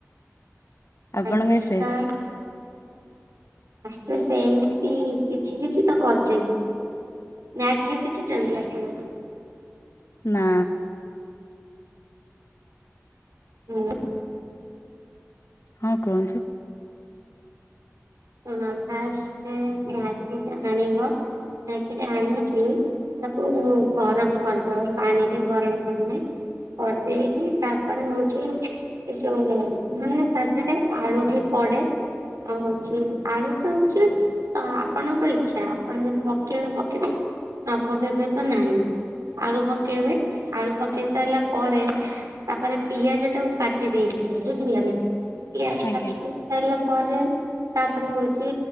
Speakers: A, on the left; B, on the right.
A: ଆପଣଙ୍କୁ
B: ଆଚ୍ଛା
A: ଆସେ?
B: ଆସେ ସେମିତି କିଛି କିଛି ତ କରିଜେଇବି ମେଁଗୀ ଶିଖିଛନ୍ତି ଆପଣ।
A: ନା
B: ହୁଁ
A: ହଁ କୁହନ୍ତୁ।
B: ସୁଣ ଫାଷ୍ଟ ମ୍ୟାଗିଟା ଆଣିବ, ମ୍ୟାଗିଟା ଆଣିକି ତାକୁ ଗରମ କରିଦବା ପାଣିରେ ଗରମ ପାଣିରେ କରିଦେଇକି ତାପରେ ହଉଛି ଏଇଯୋ ମାନେ ତା ଦେହରେ ଆଲୁ ବି ପଡ଼େ। ଆଉ ହଉଛି ଆଳୁ ଟା ହଉଛି ତ ଆପଣଙ୍କ ଇଛା ଆପଣ ଯଦି ପକେଇବେ ପକେଇବେ ନ ପକେଇବେ ତ ନାହିଁ। ଆଳୁ ପକେଇବେ ଆଳୁ ପକେଇ ସାରିଲା ପରେ ତାପରେ ପିଆଜ ଟାକୁ କାଟି ଦେଇଥିବେ ବୁଝିଲ ନା। ପିଆଜ
A: ଆଜ୍ଞା
B: କାଟି ସଇଲା ପରେ ତାପରେ ହଉଛି